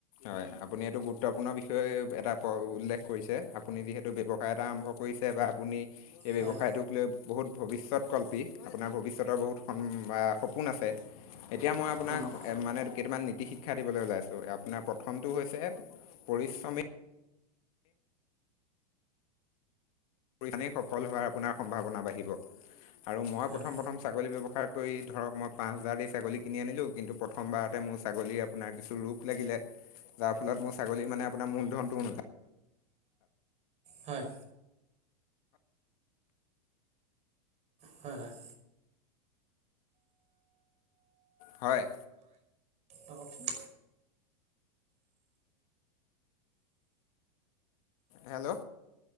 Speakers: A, on the left; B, on the right.
A: হয়। আপুনি এইটো গুৰুত্বপূৰ্ণ বিষয়ে এটা উল্লেখ কৰিছে আপুনি যিহেতু ব্যৱসায় এটা আৰম্ভ কৰিছে বা আপুনি এই ব্যৱসায়টোক
B: হয়,
A: লৈ বহুত ভৱিষ্যত কল্পী আপোনাৰ ভৱিষ্যতৰ বহুত সপোন আছে। এতিয়া মই আপোনাক
B: হয়,
A: মানে কেইটামান নীতি- শিক্ষা দিবলৈ ওলাই আছোঁ আপোনাৰ প্ৰথম টো হৈছে পৰিশ্ৰমিক। পৰিধানেই সফল হোৱাৰ আপোনাৰ সম্ভাৱনা বাঢ়িব আৰু মই
B: হয়,
A: প্ৰথম প্ৰথম ছাগলী ব্যৱ পাৰ কৰি ধৰক মই পাঁচ হাজাৰ ছাগলী কিনি আনিলোঁ কিন্তু প্ৰথমবাৰতে মোৰ ছাগলীৰ আপোনাৰ কিছু ৰোগ লাগিলে। যাৰ ফলত মোৰ ছাগলী মানে আপোনাৰ মূলধনটো নোলায়।
B: হয়। হয় হয়।
A: হয়।
B: অঁ কওকচোন
A: হেল্ল'